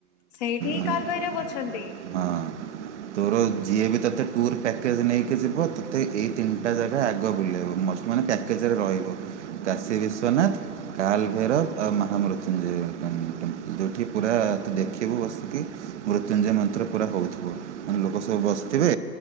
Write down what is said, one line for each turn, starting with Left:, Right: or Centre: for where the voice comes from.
Left: ସେଇଠି ହିଁ
Right: ମାନେ
Left: କାଲବୈରବ ଅଛନ୍ତି।
Right: ହଁ ତୋର ଯିଏ ବି ତୋତେ ଟୁର୍ ପ୍ୟାକେଜ୍ ନେଇକି ଯିବ ତୋତେ ଏଇ ତିନିଟା ଜାଗା ଆଗ ବୁଲାଇବ ମଷ୍ଟ ମାନେ ପ୍ୟାକେଜରେ ରହିବ। କାଶୀ ବିଶ୍୍ୱନାଥ କାଲ ଭୈରବ ଆଉ ମହା ମୃତ୍ୟୁଞ୍ଜୟ ଯୋଉଠି ପୁରା ତୁ ଦେଖିବୁ ବସିକି ମୃତ୍ୟୁଞ୍ଜୟ ମନ୍ତ୍ର ପୁରା ହଉଥିବ ମାନେ ଲୋକ ସବୁ ବସିଥିବେ